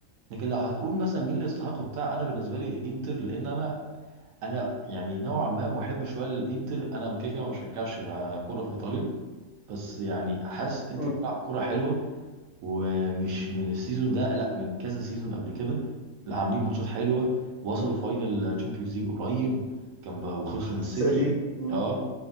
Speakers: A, on the right; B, on the left.
A: لكن لو هتقول مثلا مين اللي يستحق بتاع انا بالنسبه لي انتر لان انا انا يعني نوعا ما محب شويه للانتر انا كده كده ما بشجعش كوره في ايطاليا بس يعني حاسس انتر
B: مم.
A: بتلعب كوره حلوه ومش من السيزون
B: مم.
A: ده لا من كذا سيزون قبل كده اللي عاملين ماتشات حلوه وصلوا
B: مم.
A: فاينل تشامبيونز ليج قريب كان بقى وخسروا
B: بتاع
A: من
B: السيتي
A: السيتي
B: مم.
A: اه